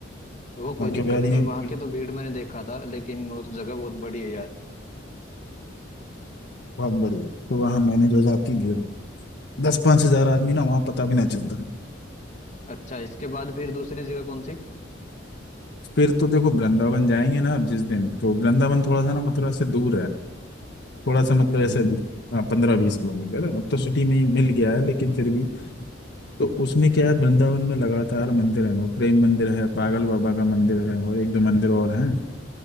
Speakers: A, on the left; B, on the left.
A: वो
B: बांके
A: कोई दिक्कत
B: बिहारी
A: नहीं
B: में
A: वहां
B: भीड़
A: के तो भीड़ मैंने देखा था लेकिन वो तो जगह बहुत बड़ी है यार
B: बहुत बड़ी है तो वहाँ मैनेज हो जाती भीड़ दस पांच हजार आदमी ना वहाँ पता भी ना चलता
A: अच्छा इसके बाद फिर दूसरी जगह कौन सी
B: फिर तो देखो वृंदावन जाएंगे ना अब जिस दिन तो वृंदावन थोड़ा सा ना मथुरा से दूर है थोड़ा सा मतलब ऐसे हाँ, पंद्रह बीस किलोमीटर अब तो सिटी में ही मिल गया है लेकिन फिर भी तो उसमें क्या है वृंदावन में लगातार मंदिर है वो प्रेम मंदिर है पागल बाबा का मंदिर है और एक दो मंदिर और हैं